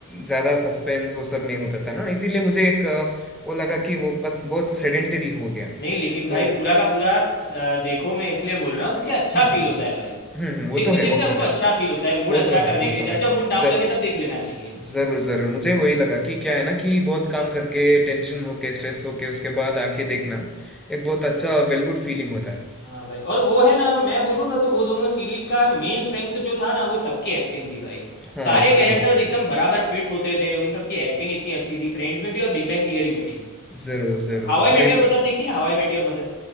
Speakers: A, in the centre; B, on the left.
A: ज्यादा सस्पेंस वो सब नहीं होता था ना इसीलिए मुझे एक अ, वो लगा कि वो बत, बहुत सेडेंटरी हो गया
B: नहीं लेकिन
A: तो
B: भाई पूरा का पूरा अ, देखो मैं इसलिए बोल रहा हूँ क्योंकि अच्छा
A: हम्म
B: फील
A: हम्म
B: होता है भाई
A: हम्म हम्म, वो
B: देखते
A: तो है
B: देखते
A: वो
B: हमको
A: तो है
B: अच्छा फील होता है मूड
A: वो
B: अच्छा
A: तो है
B: करने
A: वो
B: के लिए
A: तो है
B: जब जब मूड डाउन
A: जब
B: लगे तब देख लेना चाहिए
A: जरूर जरूर मुझे वही लगा कि क्या है ना कि बहुत काम करके टेंशन होके स्ट्रेस होके उसके बाद आके देखना एक बहुत अच्छा वेल गुड फीलिंग होता है
B: हाँ भाई और वो है ना मैं बोलूँ ना तो वो दोनों सीरीज का मेन स्ट्रेंथ जो था ना वो सबकी एक्टिंग थी भाई
A: हाँ
B: सारे कैरेक्टर्स
A: जरूर जरूर
B: एकदम बराबर फिट होते थे उन सबकी एक्टिंग इतनी अच्छी थी फ्रेंड्स में भी और बिग बैंग थियरी में भी
A: जरूर जरूर
B: How I
A: मैं
B: Met Your
A: भी
B: Mother देखी है How I Met Your Mother